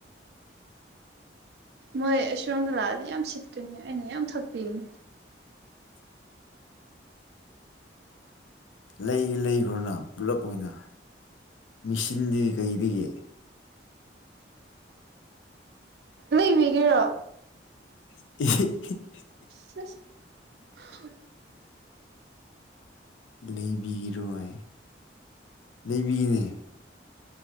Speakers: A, on the right (about 60°); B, on the left (about 85°).
A: ꯃꯣꯏ ꯑ ꯁꯣꯝꯗ ꯂꯥꯛꯑꯗꯤ ꯌꯥꯝ ꯁꯤꯠꯀꯅꯤ ꯑꯩꯅ ꯌꯥꯝ ꯊꯥꯛꯄꯤꯒꯅꯤ
B: ꯂꯩꯒ ꯂꯩꯈ꯭ꯔꯅ ꯄꯨꯂꯞ ꯑꯣꯏꯅ ꯃꯦꯆꯤꯟꯗꯒꯤ ꯀꯩꯗꯒꯤ
A: ꯂꯩꯕꯤꯒꯦꯔꯣ
B: <inaudible>
A: <inaudible>
B: ꯂꯩꯕꯤꯒꯤꯔꯣ ꯍꯥꯏ ꯂꯩꯕꯤꯒꯤꯅꯦ